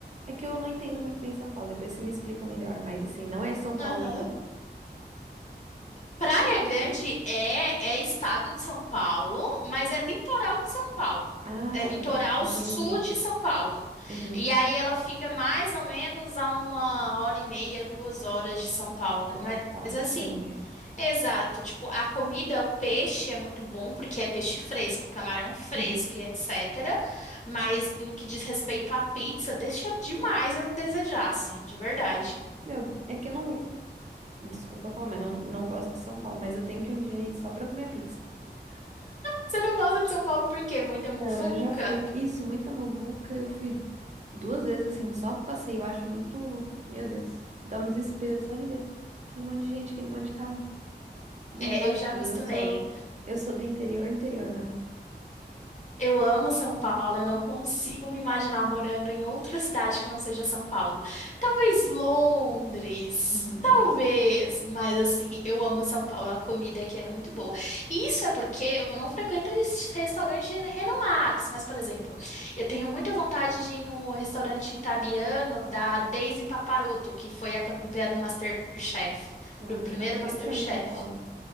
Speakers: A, on the right (about 40°); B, on the left (about 40°).
A: É que eu não entendo muito bem São Paulo. Depois você me explica melhor. Mas, assim, não é São Paulo,
B: aham.
A: então.
B: Praia Grande é, é estado de São Paulo, mas é litoral de São Paulo.
A: Ah,
B: É litoral
A: entendi.
B: sul de São Paulo.
A: Uhum.
B: E aí ela fica mais ou menos a uma hora e meia, duas horas de São Paulo.
A: Na capital.
B: Mas, mas assim,
A: Entendi.
B: exato. Tipo, a comida, o peixe é muito bom, porque é peixe fresco, camarão fresco
A: Sim.
B: e etc. Mas no que diz respeito à pizza, deixa demais a desejar, assim, de verdade.
A: Meu, é que eu não. Desculpa falar, mas não, não gosto de São Paulo. Mas eu tenho que um dia ir só pra comer a pizza.
B: Você não gosta de São Paulo por quê? Muita
A: Não,
B: muvuca?
A: eu já fui. Isso, muita muvuca. Eu fui duas vezes assim, só passei. Eu acho muito. Meu Deus, dá um desespero só de ver. Aquele monte de gente, aquele monte de carro. Não
B: É,
A: dá
B: eu
A: pra
B: já acostumei.
A: mim. Eu sou, eu sou do interior, interior mesmo.
B: Eu amo São Paulo, eu não consigo me imaginar morando em outra cidade que não seja São Paulo. Talvez Londres,
A: Hum,
B: talvez, mas assim, eu amo São Paulo, a comida aqui é muito boa. E isso é porque eu não frequento esses restaurantes renomados, mas, por exemplo, eu tenho muita vontade de ir no restaurante italiano da Daisy Paparotto, que foi a campeã do MasterChef,
A: ah,
B: do primeiro
A: nunca
B: MasterChef.
A: nem tinha ouvido falar.